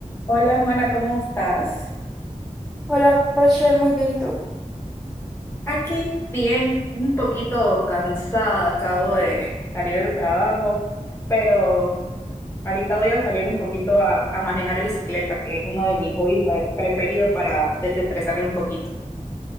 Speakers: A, on the left (about 20°); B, in the centre.
A: Hola Juana, ¿cómo estás?
B: Hola Rachel, muy bien, ¿y tú?
A: Aquí, bien, un poquito cansada, acabo de salir del trabajo, pero ahorita voy a salir un poquito a, a manejar bicicleta, que es uno de mis hobbies pa- preferidos para desestresarme un poquito.